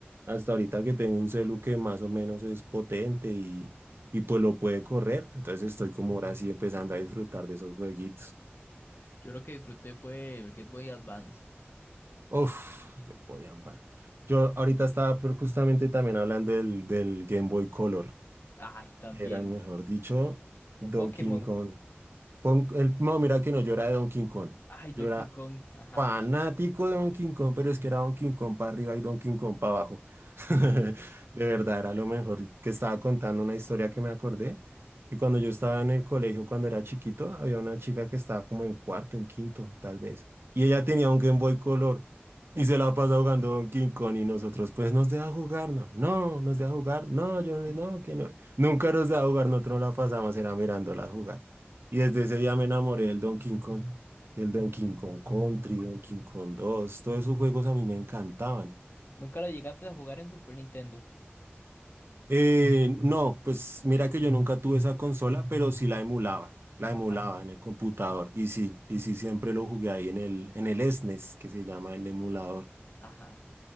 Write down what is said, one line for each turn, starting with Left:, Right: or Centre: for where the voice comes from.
Right: Hasta ahorita que tengo un celu que más o menos es potente y, y pues lo puede correr. Entonces estoy como ahora sí empezando a disfrutar de esos jueguitos.
Left: Yo lo que disfruté fue el Game Boy Advance.
Right: Uf, el Boy and Band. Yo ahorita estaba pero justamente también hablando del, del Game Boy Color,
Left: Ay, también.
Right: que eran, mejor dicho, Donkey
Left: Pokémon.
Right: Kong. Pon- el, no, mira que no, yo era de Donkey Kong.
Left: Ay, Donkey
Right: Yo era
Left: Kong. Ajá.
Right: Fanático de Donkey Kong, pero es que era Donkey Kong para arriba y Donkey Kong para abajo. <laughs> De verdad, era lo mejor que estaba contando una historia que me acordé. Y cuando yo estaba en el colegio, cuando era chiquito, había una chica que estaba como en cuarto, en quinto, tal vez. Y ella tenía un Game Boy Color y se la pasa jugando Donkey Kong y nosotros, pues nos deja jugar, no, no, nos deja jugar, no, yo no,
Left: <laughs>
Right: no, que no. Nunca nos deja jugar, nosotros la pasamos, era mirándola jugar. Y desde ese día me enamoré del Donkey Kong el Donkey Kong Country, Donkey Kong 2, todos esos juegos a mí me encantaban.
Left: ¿Nunca lo llegaste a jugar en Super Nintendo?
Right: Eh, no, pues mira que yo nunca tuve esa consola, pero sí la emulaba, la
Left: Ajá,
Right: emulaba en el computador. Y sí, y sí siempre lo jugué ahí en el, en el SNES, que se llama el emulador.
Left: ajá.